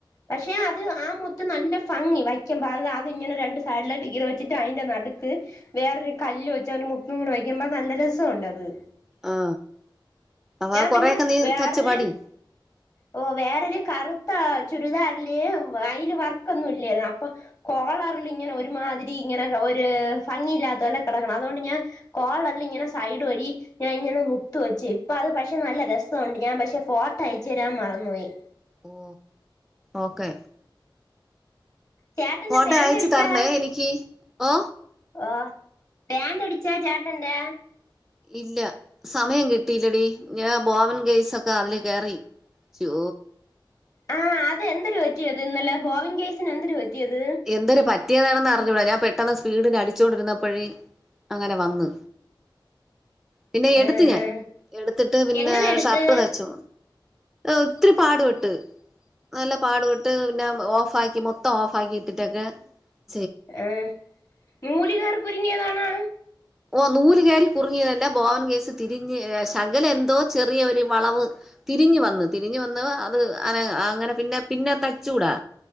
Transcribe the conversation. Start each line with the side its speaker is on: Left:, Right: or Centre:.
Left: പക്ഷെ അത് ആ മുത്ത് നല്ല ഫംഗി വയ്ക്കുമ്പോ അത് അത് ഇങ്ങനെ രണ്ട് സൈഡിലോട്ട് ഇങ്ങനെ വെച്ചിട്ട് അയിന്റെ നട്ക്ക് വേറൊരു കല്ല് വെച്ചാ ഒരു മുത്തും കൂടെ വയ്ക്കുമ്പോ നല്ല രസംണ്ട് അത്.
Centre: ആ അവ കൊറൊക്കെ
Left: പിന്നെ
Centre: നീ
Left: വേറൊരു
Centre: തച്ച് പഠി
Left: ഓ വേറൊരു കറുത്ത ചുരിദാറില് അയില് വർക്കൊന്നും ഇല്ല്യാനു അപ്പൊ കോളറിലിങ്ങനെ ഒരുമാതിരി ഇങ്ങനെ ഒരു ഫംഗിയില്ലാതോലെ കിടക്ക്ണ് അതോണ്ട് ഞാൻ കോളറിൽ ഇങ്ങനെ സൈഡ് വഴി ഞാൻ ഇങ്ങനെ മുത്ത് വെച്ച് ഇപ്പ അത് പക്ഷെ നല്ല രസണ്ട് ഞാൻ പക്ഷെ ഫോട്ടോ അയ ച്ച് രാം മറന്നുപോയി.
Centre: ഓ ഓക്കെ
Left: ചേട്ടന്റെ
Centre: ഫോട്ടോ
Left: പാന്റ്
Centre: അയച്ചുതരണേ
Left: അടിച്ചാ
Centre: എനിക്ക് ഓ
Left: ഓ പാന്റ് അടിച്ച ചേട്ടന്റെ
Centre: ഇല്ല സമയം കിട്ടില്ലടി ഞാൻ ബോവൻ കേയ്സൊക്കെ അതില് കേറി ച്ചോ
Left: ആ അതെന്തര് പറ്റിയത് ഇന്നലെ ബോവിൻ കേയ്സിന് എന്തെര് പറ്റിയത്
Centre: എന്തൊര് പറ്റിയതാണെന്ന് അറിഞ്ഞൂട ഞാ പെട്ടെന്ന് സ്പീഡില് അടിച്ചൊണ്ടിരുന്നപ്പോഴി അങ്ങനെ വന്ന് പിന്നെ എടുത്ത്
Left: ആ
Centre: ഞാൻ
Left: ആ
Centre: എടുത്തിട്ട് പിന്നെ
Left: എങ്ങനെ എടുത്ത്
Centre: ഷർട്ട് തച്ചു ഒത്തിരി പാടുപെട്ട് നല്ല പാടുപെട്ട് പിന്നെ ഓഫ് ആക്കി മൊത്തം ഓഫ് ആക്കി <unintelligible>
Left: ആഹ നൂലികയർ കുരുങ്ങിയതാണാ
Centre: ഓ നൂല്കയറിൽ കുരുങ്ങിയതന്നെ ബോവൻ കേസ് തിരിഞ്ഞ് ശകലം എന്തോ ചെറിയൊരു വളവ് തിരിഞ്ഞ് വന്ന് തിരിഞ്ഞ് വന്ന് അത് അനെ അങ്ങനെ പിന്നെ പിന്നെ തച്ചൂടാ